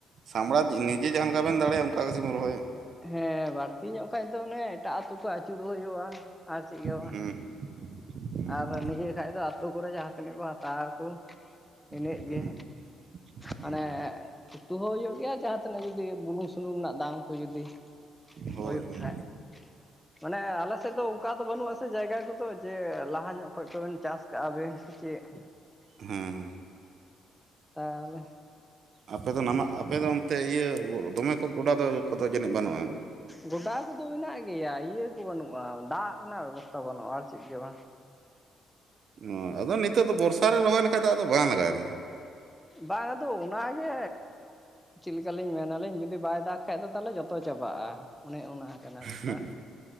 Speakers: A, on the right; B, in the centre.
A: ᱥᱟᱢᱲᱟ ᱱᱤᱡᱮ ᱡᱟᱦᱟᱸ ᱞᱮᱠᱟ ᱵᱮᱱ ᱫᱟᱲᱮᱭᱟᱜ-ᱟ ᱚᱱᱠᱟ ᱜᱮᱥᱮ ᱵᱮᱱ ᱨᱚᱦᱚᱭᱟ᱾
B: ᱦᱮᱸ ᱵᱟᱹᱲᱛᱤ ᱧᱚᱜ ᱠᱷᱟᱡ ᱫᱚ ᱚᱱᱮ ᱮᱴᱟᱜ ᱟᱛᱳ ᱠᱷᱚᱡ ᱟᱹᱪᱩᱨᱚᱜ ᱦᱩᱭᱩᱜ-ᱟ ᱟᱨ ᱪᱮᱫ ᱜᱮ ᱵᱟᱝ᱾
A: ᱦᱩᱸ ᱦᱩᱸ
B: ᱟᱨ ᱱᱤᱭᱟᱹ ᱠᱷᱟᱡ ᱫᱚ ᱟᱛᱳ ᱠᱚᱨᱮ ᱡᱟᱦᱟᱸ ᱛᱤᱱᱟᱹᱜ ᱠᱚ ᱦᱟᱛᱟᱣᱟ ᱠᱚ ᱤᱱᱟᱹᱜ
A: ᱦᱩᱸ
B: ᱜᱮ᱾ ᱢᱟᱱᱮ
A: ᱦᱩᱸ
B: ᱩᱛᱩ ᱦᱚᱸ ᱦᱩᱭᱩᱜ ᱜᱮᱭᱟ ᱡᱟᱦᱟᱸ ᱛᱤᱱᱟᱹᱜ ᱡᱩᱫᱤ ᱵᱩᱞᱩᱝ ᱥᱩᱱᱩᱢ ᱨᱮᱱᱟᱜ ᱫᱟᱢ ᱠᱚ ᱡᱩᱫᱤ᱾
A: ᱦᱳᱭ
B: ᱦᱳᱭᱳᱜ
A: ᱦᱳᱭ
B: ᱠᱷᱟᱡ, ᱢᱟᱱᱮ ᱟᱞᱮ ᱥᱮᱫ ᱫᱚ ᱚᱱᱠᱟ ᱫᱚ ᱵᱟᱹᱱᱩᱜ-ᱟᱥᱮ ᱡᱟᱭᱜᱟ ᱠᱚᱫᱚ ᱡᱮ ᱞᱟᱦᱟ ᱧᱚᱜ ᱠᱷᱚᱡ ᱠᱚ ᱵᱮᱱ ᱪᱟᱥ ᱠᱟᱜ-ᱟ ᱵᱮᱱ ᱥᱮ ᱪᱮᱫ᱾
A: ᱦᱩᱸᱻ᱾
B: ᱛᱟᱦᱚᱸᱞᱮ,
A: ᱟᱯᱮ ᱫᱚ ᱱᱟᱢᱟᱜ ᱟᱯᱮᱫᱚ ᱚᱱᱛᱮ ᱤᱭᱟᱹ ᱫᱚᱢᱮ ᱠᱚ ᱜᱚᱰᱟ ᱫᱚ ᱠᱚᱫᱚ ᱡᱟᱹᱱᱤᱡ ᱵᱟᱹᱱᱩᱜ-ᱟ᱾
B: ᱜᱚᱰᱟ ᱠᱚᱫᱚ ᱢᱮᱱᱟᱜ ᱜᱮᱭᱟ ᱤᱭᱟ ᱠᱚ ᱵᱟᱹᱱᱩᱜ-ᱟ ᱫᱟᱜ ᱨᱮᱱᱟᱜ ᱵᱮᱵᱚᱥᱛᱟᱷᱟ ᱵᱟᱹᱱᱩᱜ-ᱟ ᱟᱨ ᱪᱮᱫ ᱜᱮ ᱵᱟᱝᱺ
A: ᱚ ᱟᱫᱚ ᱱᱤᱛᱚᱜ ᱫᱚ ᱵᱚᱨᱥᱟ ᱨᱮ ᱨᱚᱦᱚᱭ ᱞᱮᱠᱟ ᱫᱟᱜ ᱫᱚ ᱵᱟᱝ ᱞᱟᱜᱟᱣ ᱠᱟᱱᱟ᱾
B: ᱵᱟᱝ ᱟᱫᱚ ᱚᱱᱟᱜᱮ ᱪᱮᱫ ᱞᱮᱠᱟᱞᱤᱧ ᱢᱮᱱᱟ ᱞᱤᱧ ᱡᱩᱫᱤ ᱵᱟᱭ ᱫᱟᱜ ᱵᱟᱠᱷᱟᱡ ᱫᱚ ᱛᱟᱦᱚᱸᱞᱮ ᱡᱚᱛᱚ ᱪᱟᱵᱟᱜ-ᱟ ᱚᱱᱮ ᱚᱱᱟ᱾ ᱠᱟᱱᱟ ᱵᱮᱯᱟᱨ
A: ᱦᱩᱸ